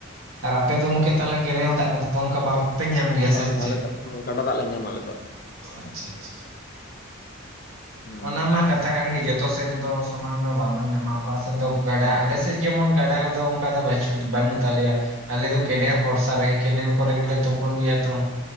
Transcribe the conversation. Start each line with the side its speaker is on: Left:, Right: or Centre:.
Right: ᱟᱨ ᱟᱯᱮ ᱫᱚ ᱚᱝᱠᱮ ᱛᱟᱞᱮ ᱠᱮᱱᱮᱞ ᱫᱟᱜ ᱠᱚ ᱚᱱᱠᱟ ᱵᱟᱯᱮ ᱧᱟᱢ ᱜᱮᱭᱟ
Left: ᱵᱟᱝ
Right: ᱥᱮ
Left: ᱵᱟᱝ
Right: ᱪᱮᱜ?
Left: ᱟᱞᱮ ᱫᱚ ᱮᱠᱷᱚᱱ ᱜᱟᱰᱟ ᱫᱟᱜ ᱞᱮ ᱧᱟᱢᱟ ᱟᱞᱮ ᱫᱚ ᱾
Right: ᱟᱪᱪᱷᱟ ᱟᱪᱪᱷᱟ
Left: ᱦᱮᱸ
Right: ᱚᱱᱟ ᱢᱟ ᱠᱟᱛ ᱛᱷᱟ ᱠᱟᱱ ᱜᱮ ᱡᱚᱛᱚ ᱥᱮᱱ ᱫᱚ ᱥᱚᱢᱟᱱ ᱫᱚ ᱵᱟᱵ ᱵᱚᱱ ᱧᱟᱢᱟ ᱚᱠᱟ ᱥᱮᱫ ᱫᱚ ᱜᱟᱰᱟ ᱟᱞᱮ ᱥᱮᱜ ᱡᱮᱢᱚᱱ ᱜᱟᱰᱟ ᱠᱚᱫᱚ ᱚᱱᱠᱟ ᱫᱚ ᱵᱟᱪᱩᱜ ᱵᱟᱹᱱᱩᱜ ᱛᱟᱞᱮᱭᱟ᱾ ᱟᱞᱮ ᱫᱚ
Left: ᱟᱪᱪᱷᱟ
Right: ᱠᱮᱱᱮᱨ
Left: ᱟᱪᱪᱷᱟ
Right: ᱵᱷᱚᱨᱥᱟ ᱨᱮ ᱠᱮᱱᱮᱞ ᱠᱚᱨᱮ ᱜᱮᱞᱮ ᱛᱳᱯᱳᱱ ᱜᱮᱭᱟ ᱛᱚ ᱾